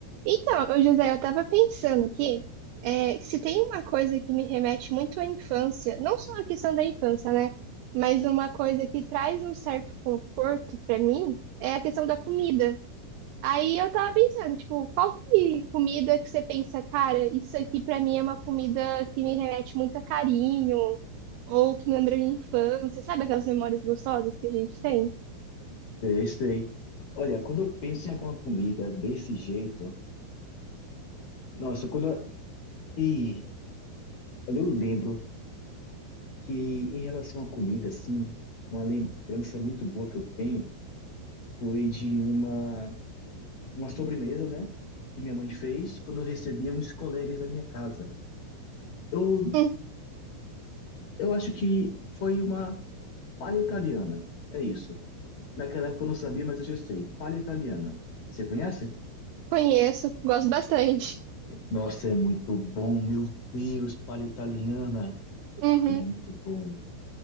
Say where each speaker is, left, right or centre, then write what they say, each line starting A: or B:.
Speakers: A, on the right; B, on the left.
A: Então, ô José, eu tava pensando aqui, é, que se tem uma coisa que me remete muito à infância, não só a questão da infância, né? Mas uma coisa que traz um certo conforto pra mim é a questão da comida. Aí eu tava pensando, tipo, qual que comida que você pensa, cara, isso aqui pra mim é uma comida que me remete muito a carinho, ou que me lembra minha infância, sabe aquelas memórias gostosas que a gente tem?
B: Sei, sei. Olha, quando eu penso em alguma comida desse jeito, nossa, quando eu... Ih, olha, eu lembro que em relação à comida, assim, uma lembrança muito boa que eu tenho foi de uma, uma sobremesa, né, que minha mãe fez quando eu recebia uns colegas da minha casa. Eu,
A: Hum,
B: eu acho que foi uma palha italiana, é isso. Naquela época eu não sabia, mas hoje eu sei, palha italiana. Você conhece?
A: conheço, gosto bastante.
B: Nossa, é muito bom, meu Deus, palha italiana.
A: Uhum.
B: É muito bom.